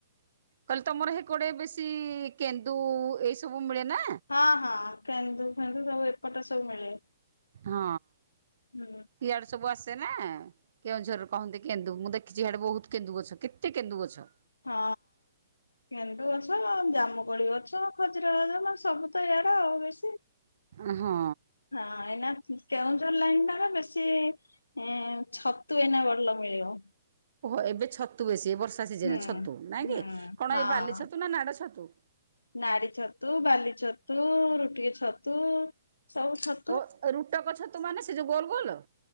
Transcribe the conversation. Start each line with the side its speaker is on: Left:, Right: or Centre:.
Right: କଲି ତମର ହେକଡେ ବେଶୀ-ଇ କେନ୍ଦୁ-ଉ ଏଇ ସବୁ ମିଳେ ନା?
Left: ହଁ ହଁ କେନ୍ଦୁ ଫେନ୍ଦୁ ସବୁ ଏପଟରେ ସବୁ ମିଳେ।
Right: ହଁ
Left: ହୁଁ
Right: ଇଆଡେ ସବୁ ଆସି ସେ ନା କେଉଁଝରରେ କହନ୍ତି କେନ୍ଦୁ ମୁଁ ଦେଖିଚି ହାଡେ ବୋହୁତ କେନ୍ଦୁ ଗଛ, କେତେ କେନ୍ଦୁ ଗଛ।
Left: ହଁ। କେନ୍ଦୁ ଗଛ-ଅ ଜାମୁକୋଳି ଗଛ ଖଜୁର ଅଜ ସବୁ ତ ଇଆଡେ ଆଉ ବେଶୀ।
Right: ଏ ହଁ।
Left: ହଁ ଏଇନା କେଉଁଝର ଲାଇନ୍ ଟାରେ ବେଶୀ-ଇ ଏଁ ଛତୁ ଏଇନା ବଲ ମିଳିବ।
Right: ଓହୋ ଏବେ ଛତୁ ବେଶି ଏ ବର୍ଷା ସିଜନ
Left: ହୁଁ
Right: ଛତୁ ନାଁ
Left: ହୁଁ।
Right: କି, କଣ
Left: ହଁ
Right: ଏଇ ବାଲି ଛତୁ ନା ନାଡ ଛତୁ?
Left: ନାଡି ଛତୁ, ବାଲି ଛତୁ-ଉ, ରୁଟିକି ଛତୁ ସବୁ ଛ
Right: ଓ ରୁଟକ ଛତୁ ମାନେ ସେ ଯୋଉ ଗୋଲ ଗୋଲ?